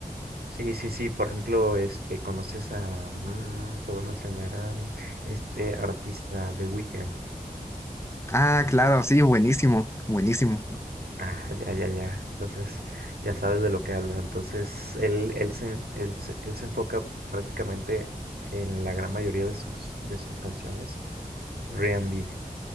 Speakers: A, on the right; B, on the left.
A: Sí, sí, sí, por ejemplo, este, conoces a, mm, te voy a mencionar a mm, este artista The Weeknd.
B: Ah, claro, sí, buenísimo, buenísimo.
A: Ah, ya, ya, ya. Entonces, ya sabes de lo que hablo. Entonces, él, él se, él, se él se enfoca prácticamente en la gran mayoría de sus, de sus canciones, R&B.